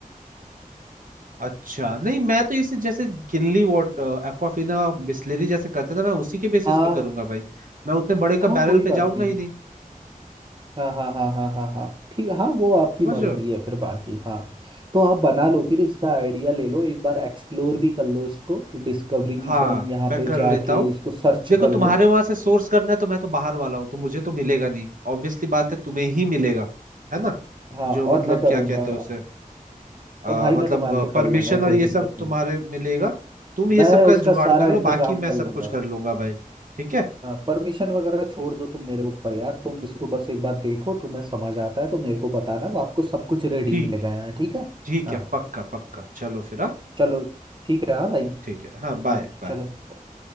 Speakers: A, on the right (about 70°); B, on the right (about 35°).
A: अच्छा नहीं मैं तो इसे जैसे किनली वाटर एक्वाफिना बिस्लेरी जैसे करते ना मैं उसी के बेसिस
B: हाँ
A: पे करूंगा भाई मैं उतने बड़े का
B: हाँ
A: बैरल
B: कोई बात
A: पे जाऊंगा
B: नहीं
A: ही नहीं
B: हाँ हाँ हाँ हाँ हाँ हाँ ठीक हाँ वो आपकी
A: समझ
B: मर्जी
A: रहे हो
B: है फिर बाकी हाँ तो आप बना लो फिर इसका आइडिया ले लो एक बार एक्सप्लोर भी कर लो इसको डिस्कवरीज
A: हाँ
B: एंड यहाँ
A: मैं
B: पे
A: कर लेता
B: जाके
A: हूँ
B: इसको सर्च
A: देखो
B: कर
A: तुम्हारे
B: लो
A: वहां से सोर्स करना है तो मैं तो बाहर वाला हूँ तो मुझे तो मिलेगा नहीं ऑब्वियसली बात है तुम्हें ही मिलेगा है ना
B: हाँ
A: जो
B: और
A: मतलब
B: मैं करूँगा
A: क्या कहते हैं उसे अ,
B: और भाई
A: मतलब
B: मैं तुम्हारे लिए
A: परमिशन
B: कर लूँगा
A: और
B: कोई
A: ये
B: दिक्कत
A: सब तुम्हारे
B: नहीं है
A: मिलेगा तुम ये
B: मैं
A: सब का
B: उसका
A: जुगाड़
B: सारा
A: कर लो
B: इंतजाम
A: बाकी मैं
B: कर
A: सब
B: लूँगा
A: कुछ कर लूंगा भाई ठीक है
B: हाँ परमिशन वगैरह छोड़ दो तुम मेरे ऊपर यार तुम इसको बस एक बार देखो तुम्हें समझ आता है तो मेरे को बताना वो आपको सब कुछ रेडी
A: ठीक
B: मिलेगा यहाँ ठीक है
A: ठीक
B: हाँ
A: है पक्का पक्का चलो फिर हाँ
B: चलो ठीक है हाँ भाई
A: ठीक है हाँ बाय
B: हाँ
A: बाय
B: चलो ओ-